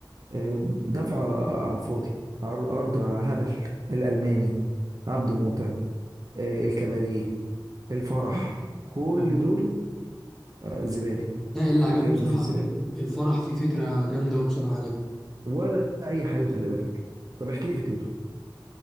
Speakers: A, on the right (about 45°); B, in the centre.
A: آه، دفع على الفاضي عر- ارض هبل الالماني عبده موته آه، الكباريه الفرح كل
B: آه.
A: دول آه، زباله
B: ده اللي عجبني
A: ارمي
B: بصراحة
A: في الزباله
B: ال- الفرح فيه فكرة جامدة وبصراحة عجبني
A: ولا اي حاجه خلي بالك طب احكي لي فكرته